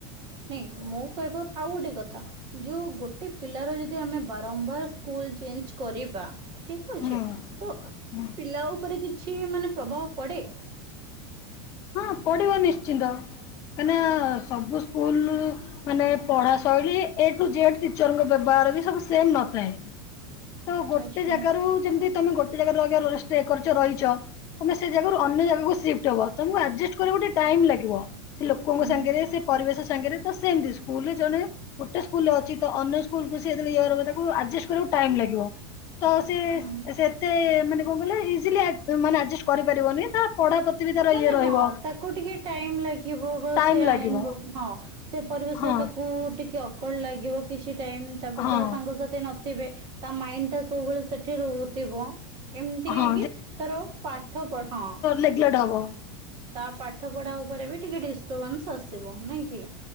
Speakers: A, on the right; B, on the left.
A: ନାଇଁ ମୁଁ କହିବା ଆଉ ଗୋଟେ କଥା, ଯୋଉ ଗୋଟେ ପିଲାର ଯଦି ଆମେ ବାରମ୍ବାର ମ୍ବାର ସ୍କୁଲ ଚେଞ୍ଜ କରିବା ଠିକ ଅଛି
B: ହୁଁ
A: ତ
B: ହୁଁ
A: ପିଲା ଉପରେ କି- ଛି ମାନେ ପ୍ରଭାବ ପଡ଼େ।
B: ହଁ, ପଡିବ ନିଶ୍ଚିନ୍ତ। କାହିଁକିନା ସବୁ ସ୍କୁଲରୁ ମାନେ ପଢା ଶୈଳୀ ଏ ଟୁ ଜେଡ ଟିଚରଙ୍କ ବ୍ୟବହାର ବି ସବୁ ସେମ ନଥାଏ।
A: <inaudible>
B: ତ ଗୋଟେ
A: ଆଚ୍ଛା।
B: ଜାଗାରୁ ଯେମିତି ତମେ ଗୋଟେ ଜାଗାରେ <unintelligible> ଷ୍ଟେ କରିଛ ରହିଛ। ତମେ ସେ ଜାଗାରୁ ଅନ୍ୟ ଜାଗାକୁ ସିଫ୍ଟ ହେବ ତମକୁ ଆଡଜେଷ୍ଟ କରିବାକୁ ଟିକେ ଟାଇମ ଲାଗିବ। ସେ ଲୋକଙ୍କ
A: ହୁଁ
B: ସାଙ୍ଗରେ ସେ ପରିବେଶ ସାଙ୍ଗରେ ତ ସେମତି ସ୍କୁଲରେ ଜଣେ ଗୋଟେ ସ୍କୁଲରେ ଅଛି ତ ଅନ୍ୟ ସ୍କୁଲକୁ <unintelligible> ଆଡଜେଷ୍ଟ କରିବାକୁ ଟାଇମ୍ ଲାଗିବ। ତ ସେ
A: ହୁଁ
B: ସେତେ ମାନେ କଣ କହିଲ ଇଜିଲି ଆଡ଼ଜ ମାନେ ଆଡଜେଷ୍ଟ କରି ପାରିବନି ତା ପଢା ପ୍ରତି ବି ତାର
A: ମାନେ
B: ଇଏ ରହିବ
A: ହଁ ତାକୁ ଟିକେ ଟାଇମ ଲାଗିବ <unintelligible>
B: ଟାଇମ ଲାଗିବ
A: ହଁ। ସେ ପରିବେଶରେ
B: ହଁ
A: ତାକୁ ଟିକେ ଅକୱାର୍ଡ ଲାଗିବ କିଛି ଟାଇମ ତାପରେ
B: ହଁ।
A: ତା ସାଙ୍ଗସାଥି ନଥିବେ ତା ମାଇଣ୍ଡ ଟା ସବୁବେଳେ ସେଠି ରହୁଥିବ। ଏମିତି
B: ହଁ
A: ହେଇକି ତାର ପାଠ ପଢ ହଁ
B: ନେଗଲଟ ହବ।
A: ତା ପାଠ ପଢା ଉପରେ ବି ଟିକେ ଡିଷ୍ଟର୍ବାନ୍ସ ଆସିବ ନାଇଁ କି।